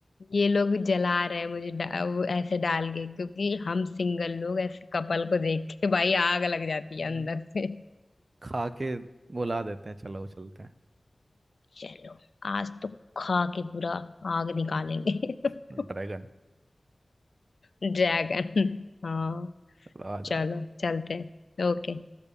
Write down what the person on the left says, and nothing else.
ये लोग जला रहे हैं मुझे डा, वो ऐसे डाल के क्योंकि हम सिंगल लोग ऐसे कपल को देख के भाई आग लग जाती
है अंदर से
चलो आज तो खा के पूरा आग निकालेंगे <laughs>
ड्रैगन हाँ
चलो
चलते हैं ओके